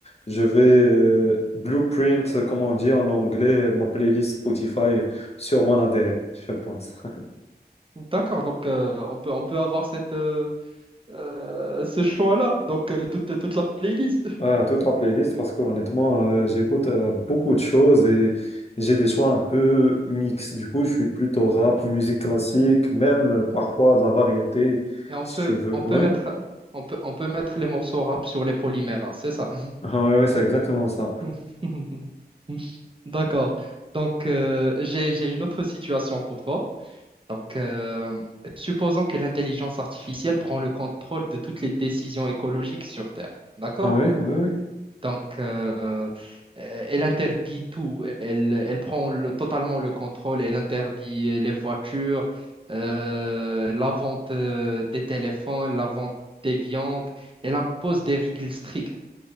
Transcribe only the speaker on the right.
D'accord, donc euh, on peut, on peut avoir cette, euh, euh, ce choix-là, donc euh, toute, toute la playlist.
Et on
peut,
on peut
mettre, on peut, on peut mettre les morceaux rap sur les polymères, hein, c'est ça?
<laughs> D'accord. Donc, euh, j'ai, j'ai une autre situation pour toi. Donc, euh, supposons que l'intelligence artificielle prend le contrôle de toutes les décisions écologiques sur Terre. D'accord?
Donc, euh, euh, elle interdit tout. Elle, elle prend le- totalement le contrôle. Elle interdit les voitures, euh, la vente euh, des téléphones, la vente des viandes. Elle impose des règles strictes.